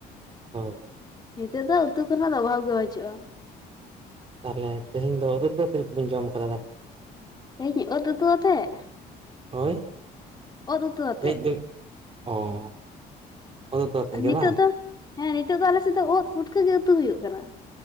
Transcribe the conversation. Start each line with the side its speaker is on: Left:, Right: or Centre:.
Right: ᱦᱳᱭ
Left: ᱱᱤᱛᱳᱜ ᱫᱚ ᱩᱛᱩ ᱠᱷᱚᱱᱟᱜ ᱫᱚ ᱚᱵᱷᱟᱵᱽ ᱜᱮ ᱯᱟᱹᱪᱩᱜᱼᱟ᱾
Right: ᱛᱟᱦᱚᱞᱮ ᱛᱮᱦᱧ ᱫᱚ <unintelligible> ᱡᱚᱢ ᱠᱟᱫᱟ ᱫᱟᱠᱟ᱾
Left: ᱛᱮᱦᱮᱧ ᱳᱫ ᱩᱛᱩ ᱟᱛᱮᱜ᱾
Right: ᱦᱳᱭ
Left: ᱚᱛ ᱩᱛᱩ ᱟᱛᱮᱜ
Right: <unintelligible> ᱚ ᱩᱛᱩ ᱩᱛᱩ ᱟᱛᱮᱫ
Left: ᱟᱨ
Right: ᱜᱮ
Left: ᱱᱤᱛᱚᱜ
Right: ᱵᱟᱝ
Left: ᱫᱚ ᱦᱮᱸ ᱱᱤᱛᱚᱜ ᱫᱚ ᱟᱞ ᱥᱮᱫ ᱫᱚ ᱳᱫ ᱯᱷᱩᱴᱠᱟᱹ ᱜᱮ ᱩᱛᱩ ᱦᱩᱭᱩᱜ ᱠᱟᱱᱟ᱾